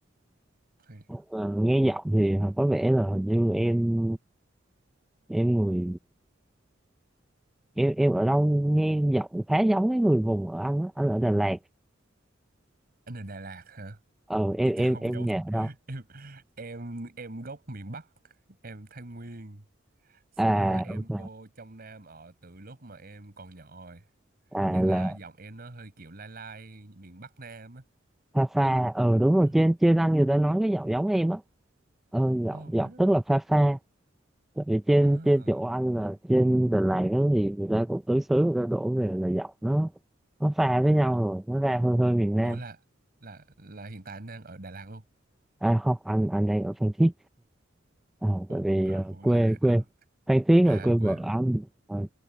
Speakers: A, on the right (about 50°); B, in the centre.
A: hay.
B: Ờ, nghe giọng thì có vẻ là hình như em em người em em ở đâu nghe giọng khá giống cái người vùng ở anh á anh ở Đà Lạt
A: Anh ở Đà Lạt hả?
B: ờ em
A: Vậy chắc
B: em
A: không
B: em
A: giống
B: nhà ở đâu
A: <laughs> em em em gốc miền Bắc, em Thái Nguyên
B: à
A: mà em
B: ok
A: vô trong Nam ở từ lúc mà em còn nhỏ rồi.
B: à
A: Nên
B: là
A: là giọng em nó hơi kiểu lai lai miền Bắc Nam á.
B: Pha Pha ờ đúng rồi
A: Ừm.
B: trên trên anh người ta nói cái giọng giống em á ờ giọng
A: Oh, really?
B: giọng tức là Pha Pha tại vì trên
A: À.
B: trên chỗ anh là trên Đà Lạt đó thì người ta cũng tứ xứ người ta đổ về là giọng nó nó pha với nhau rồi
A: Ừ.
B: nó ra hơi hơi miền Nam
A: Ủa là là là hiện tại anh đang ở Đà Lạt luôn.
B: à không anh anh đang ở Phan Thiết à,
A: Ủa,
B: tại vì
A: à,
B: ờ,
A: ủa
B: quê
A: là
B: quê
A: à,
B: Phan Thiết là quê
A: à
B: vợ
A: quên.
B: anh Ờ,